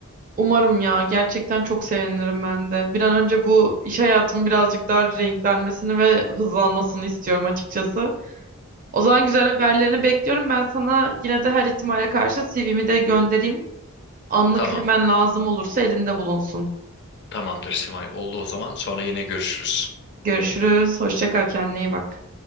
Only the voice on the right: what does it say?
Umarım ya gerçekten çok sevinirim ben de. Bir an önce bu iş hayatımın birazcık daha renklenmesini ve hızlanmasını istiyorum açıkçası. O zaman güzel haberlerini bekliyorum. Ben sana yine de her ihtimale karşı CV'mi de göndereyim. Anlık
hemen lazım olursa elinde bulunsun.
Görüşürüz. Hoşça kal. Kendine iyi bak.